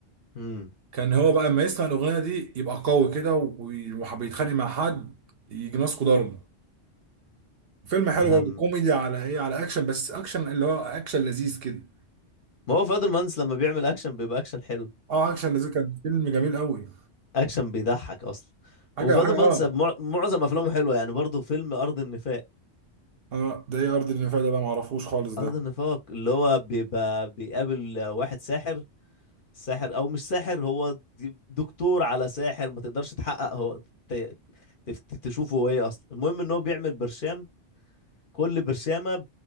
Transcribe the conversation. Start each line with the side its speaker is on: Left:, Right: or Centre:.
Left: امم
Right: كان هو بقى اما يسمع الاغنية دي يبقى قوي كده وبيتخانق مع حد يجي ماسكه ضرب فيلم حلو
Left: لا
Right: برضه
Left: ما
Right: كوميدي على ايه على اكشن بس اكشن اللي هو اكشن لذيذ كده
Left: هو فؤاد المهندس لما بيعمل اكشن بيبقى اكشن حلو
Right: اه اكشن لذيذ كان فيلم جميل قوي
Left: اكشن بيضحك اصلا
Right: حاجه
Left: وفاضل
Right: حاجه
Left: مهندس
Right: اه
Left: أب- مع- معظم افلامه حلوه يعني برضه فيلم ارض النفاق
Right: اه ده ايه ارض النفاق ده بقى معرفوش خالص ده
Left: ارض النفاق اللي هو بيبقى بيقابل واحد ساحر ساحر او مش ساحر هو د- دكتور على ساحر ما تقدرش تحقق هو ت- تف- تشوفه هو ايه اصلا المهم ان هو بيعمل برشام كل برشامه